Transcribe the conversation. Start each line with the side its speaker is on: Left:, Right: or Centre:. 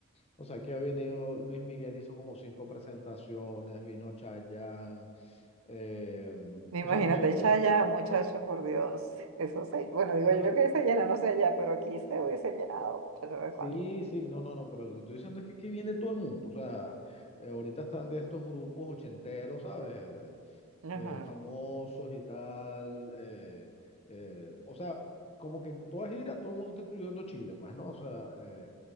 Left: O sea, que ha venido Luis Miguel, hizo como cinco presentaciones, vino Chayanne, eh,
Right: Imagínate,
Left: o sea, no sé cómo
Right: Chaya,
Left: es.
Right: muchacho, por Dios, eso se, bueno, digo
Left: No
Right: yo
Left: lo,
Right: que se llena, no sé allá, pero aquí se hubiese llenado, muchacho, ¿sabes cuándo?
Left: sí, sí, no, no, no, pero lo que estoy diciendo es que aquí viene todo el mundo. O sea, eh, ahorita están de estos grupos ochenteros, ¿sabes?
Right: Ajá.
Left: eh, famosos y tal. eh, eh, o sea, como que toda gira, todo el mundo está incluyendo Chile, pues, ¿no? O sea, eh,